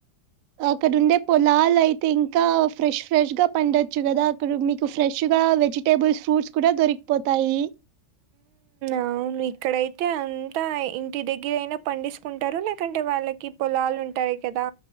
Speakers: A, on the right; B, on the right.
A: అక్కడ ఉండేపొలాలు అయితే ఇంకా ఫ్రెష్ ఫ్రెష్ గా పండొచ్చు కదా ఇక్కడ మీకు ఫ్రెష్ గా వెజిటేబుల్స్ ఫ్రూట్స్ కూడా దొరికిపోతాయి
B: ఆవును ఇక్కడైతే అంతా ఇంటి దగ్గరయినా పండిస్కుంటారు లేకంటే వాళ్ళకి పొలాలుంటాయి కదా